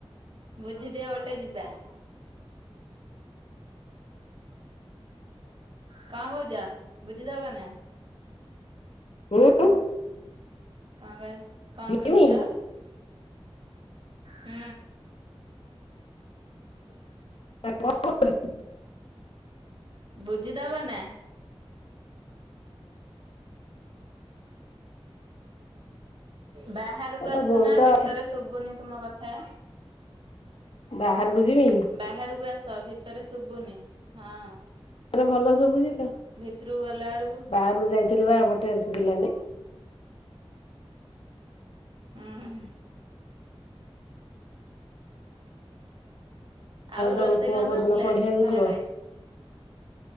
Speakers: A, on the right; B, on the left.
A: ବୁଝିଦିଅ ଗଟେ ଯିବା। କଣ କହୁଚ ବୁଝିଦବ ନା?
B: <inaudible> ଉଁ।
A: କଣ ଏଇ କଣ
B: ଜିମି
A: କଉଚ? ହୁଁ।
B: <inaudible>
A: ବୁଝିଦବ ନା। ବାହାରୁକୁ
B: ତୋ
A: ଆସୁନା
B: ବୋଉ ତ
A: ଭିତରେ
B: ବହୁତ
A: ଶୁଭୁନି ତୁମ କଥା।
B: ବାହାରୁକୁ ଯିବି?
A: ବାହାରକୁ ଆସ ଭିତରେ ଶୁଭୁନି ହଁ।
B: ଏ ଭଲ ସବୁଚି ଲୋ
A: ଭିତରକୁ ଗଲା ବେଳକୁ
B: ବାହାରକୁ ଯାଇଥିଲିପା ମୋଟେ ଶୁବିଲାନେଇ।
A: ଉଁ ହୁଁ। ଆଉ
B: ତମ
A: ରୋଷେଇ
B: ପୁଅ
A: କଣ
B: କୋଉଦିନ
A: କରିଥିଲ
B: ପଢିବାକୁ
A: ଆଜି ଖରାବେଳେ?
B: ଯିବ